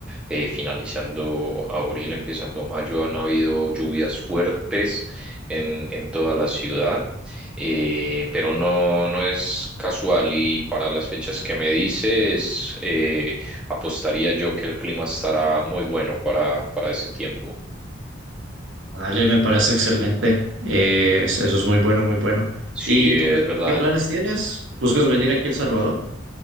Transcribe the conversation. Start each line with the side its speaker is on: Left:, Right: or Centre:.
Centre: eh, finalizando abril, empezando mayo, han habido lluvias fuertes en, en toda la ciudad, eh, pero no, no es casual y para las fechas que me dices, eh, apostaría yo que el clima estará muy bueno para, para ese tiempo.
Right: Dale, me parece excelente. Eh, eso es muy bueno, muy bueno.
Centre: Sí,
Right: ¿Y
Centre: es
Right: tú qué, tú
Centre: verdad,
Right: qué planes tienes? ¿Buscas venir aquí a El Salvador?